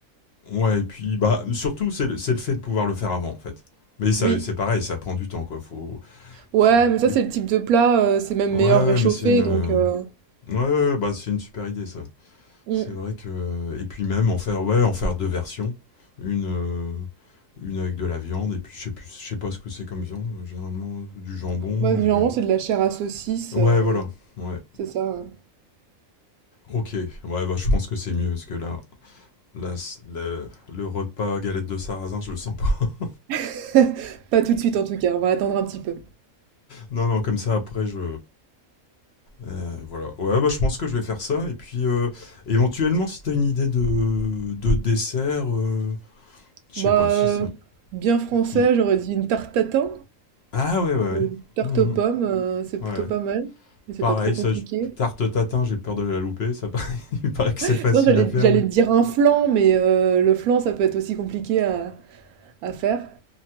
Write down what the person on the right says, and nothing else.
Oui.
Ouais,
mais
ça, c'est le type de plat, euh, c'est même
meilleur
réchauffé,
donc... euh,
mm.
Ouais,
généralement,
c'est de la chair à saucisse,
euh,
c'est ça. euh.
<laughs> Pas tout de suite, en tout cas, on va attendre un petit peu.
Bah,
euh,
bien français,
j'aurais dit une tarte tatin
ou une tarte
aux pommes, euh, c'est
plutôt pas mal, mais c'est
pas trop compliqué.
<laughs>
Non, j'allais,
j'allais
te dire un flan, mais euh, le flan, ça peut être aussi compliqué à, à faire.